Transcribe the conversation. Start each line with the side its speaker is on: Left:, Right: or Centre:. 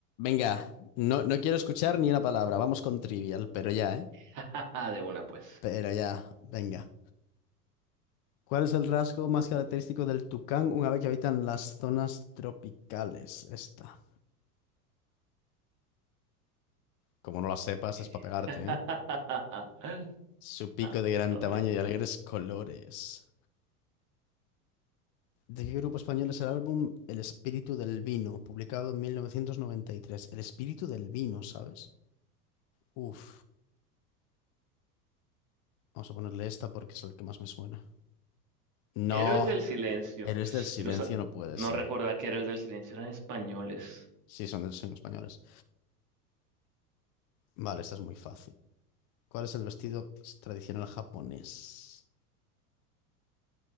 Left: Venga, no, no quiero escuchar ni una palabra. Vamos con trivial, pero ya, ¿eh?
Right: <laughs> De una, pues.
Left: Pero ya, venga. ¿Cuál es el rasgo más característico del tucán, una vez que habita en las zonas tropicales? Esta. Como no la sepas,
Right: Que-
Left: es para pegarte,
Right: <laughs>
Left: ¿eh? Su pico
Right: No,
Left: de gran
Right: todo
Left: tamaño
Right: bien.
Left: y alegres colores. ¿De qué grupo español es el álbum El espíritu del vino, publicado en 1993? El espíritu del vino, ¿sabes? Uf. Vamos a ponerle esta porque es el que más me suena. No,
Right: Héroes del Silencio.
Left: Eres del silencio
Right: Y no, sa-
Left: no puede
Right: no
Left: ser.
Right: recordaba que Héroes del Silencio eran españoles.
Left: Sí, son, son españoles. Vale, esta es muy fácil. ¿Cuál es el vestido tradicional japonés?